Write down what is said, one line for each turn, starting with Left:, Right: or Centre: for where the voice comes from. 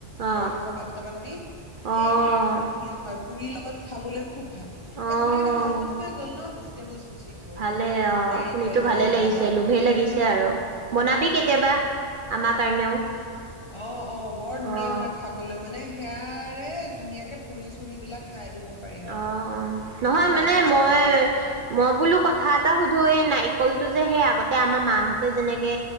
Right: অ'
Left: নৰসিংহ পাত দুটামান দি
Right: অ'
Left: এই বহুত ধুনীয়া হয়। পুৰিৰ লগত খাবলৈ খুব ভাল
Right: অ'
Left: ইয়াত গোটেইকেইটা ভাল বস্তুৱে গ'ল ন' <unintelligible> <inaudible> গ'ল
Right: ভালে অ'
Left: নাৰিকল
Right: শুনিতো ভা
Left: খিনি
Right: ভালে লাগিছে,
Left: বাদাম
Right: লোভে লাগিছে
Left: উম
Right: আৰু বনাবি কেতিয়াবা। আমাৰ কাৰণেও
Left: অ', অ', বৰ ধুনীয়া
Right: অ'
Left: হয় খাবলৈ মানে সেয়াৰে ধুনীয়াকৈ পুৰি-চুৰি বিলাক খাই দিব পাৰি আৰু
Right: অ', নহয়
Left: উম বা
Right: মানে
Left: দোচা
Right: মই
Left: বনালে
Right: মই বোলো কথা এটা সোধো এই নাই নাৰিকলটো যে সেই আগতে আমাৰ মাহঁতে যেনেকে